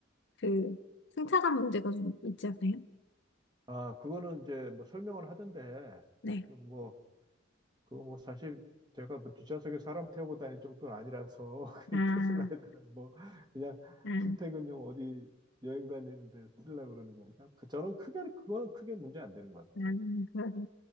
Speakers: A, on the left; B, on the right.
A: 그 승차감 문제가 좀 있지 않나요?
B: 아, 그거는 이제 뭐 설명을 하던데,
A: 네.
B: 그건 뭐, 그거 뭐 사실 제가 뭐 뒷좌석에 사람 태우고 다닐 정도는 아니라서, <laughs> 그
A: 아,
B: 테슬라에다가 뭐, 그냥
A: 아.
B: 출퇴근용 어디 여행 다니는데 쓰려고 그러는 거니까. 그, 저는 크게, 그거는 크게 문제 안 되는 것
A: 아,
B: 같아요.
A: 그러게.